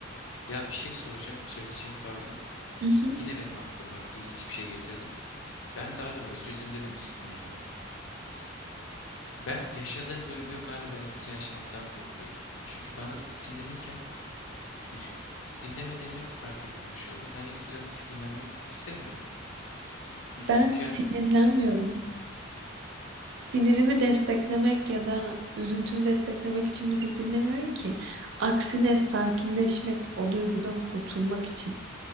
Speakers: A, on the left; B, on the right.
A: Ya bir şey soracağım, söyleyeceğim pardon.
B: Mhm.
A: Yine benim aklıma ilginç bir şey getirdin. Ben galiba üzüldüğümde de müzik dinlemiyorum. Ben yaşadığım duyguyu galiba ekstra yaşamaktan korkuyorum. Çünkü bana sinirliyken müzik dinlemediğimi fark ettirmiş oldum. Ben ekstra sinirlenmek istemiyorum. Üzgünken
B: Ben sinirlenmiyorum. Sinirimi desteklemek ya da üzüntümü desteklemek için müzik dinlemiyorum ki. Aksine sakinleşmek, o duygudan kurtulmak için.